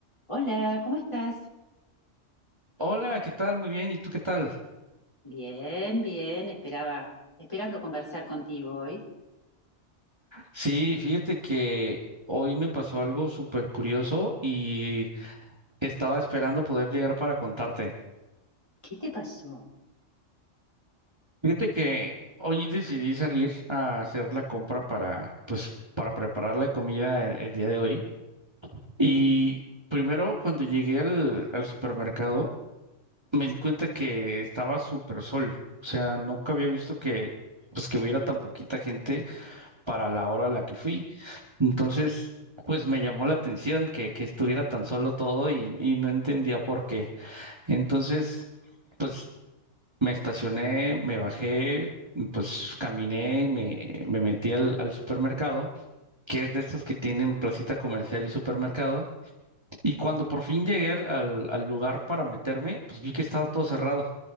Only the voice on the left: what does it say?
Hola, ¿cómo estás?
Bien, bien, esperaba, esperando conversar contigo hoy.
¿Qué te pasó?